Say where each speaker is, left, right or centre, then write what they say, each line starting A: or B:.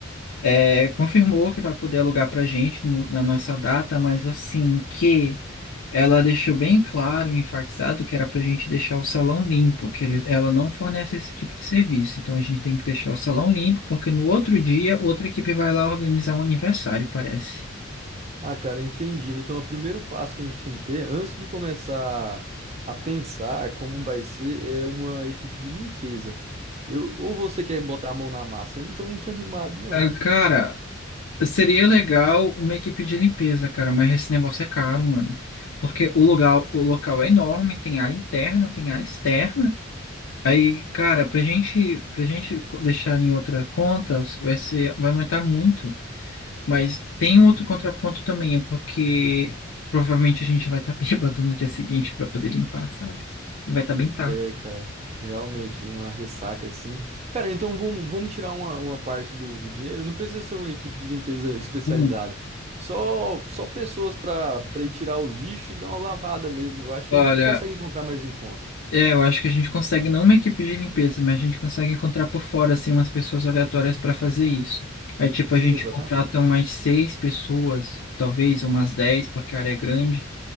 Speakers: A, on the left (about 75°); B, on the right (about 30°).
A: É, confirmou que vai poder alugar para gente no- na nossa data, mas assim que ela deixou bem claro e enfatizado que era para a gente deixar o salão limpo, que eles, ela não fornece esse tipo de serviço. Então a gente tem que deixar o salão limpo, porque no outro dia outra equipe vai lá organizar um aniversário, parece.
B: Ah, cara, entendi. Então, o primeiro passo que a gente tem que ter, antes de começar a pensar como vai ser, é uma equipe de limpeza. Eu, ou você quer botar a mão na massa? Eu não tô muito <laughs> animado, não.
A: Ah, Cara, seria legal uma equipe de limpeza, cara, mas esse negócio é caro, mano. Porque o lugar, o local é enorme, tem área interna, tem área externa. Aí, cara, pra gente, pra gente co- deixar em outra conta, vai ser, vai aumentar muito. Mas tem um outro contraponto também, é porque provavelmente a gente vai estar <laughs> bêbado no dia seguinte para poder limpar, sabe? E vai estar bem tarde.
B: É, cara, realmente uma ressaca assim. Cara, então vamos, vamos tirar uma, uma parte do, do dinheiro. Não precisa ser uma equipe de limpeza especializada.
A: Hum.
B: Só, só pessoas pra para ir tirar o lixo e dar uma lavada mesmo. Eu acho que
A: Olha,
B: a gente consegue encontrar mais em conta.
A: É, eu acho que a gente consegue, não uma equipe de limpeza, mas a gente consegue encontrar por fora, assim, umas pessoas aleatórias para fazer isso. Aí, tipo,
B: Sim,
A: a gente
B: exatamente.
A: contrata umas seis pessoas, talvez umas dez, porque a área é grande,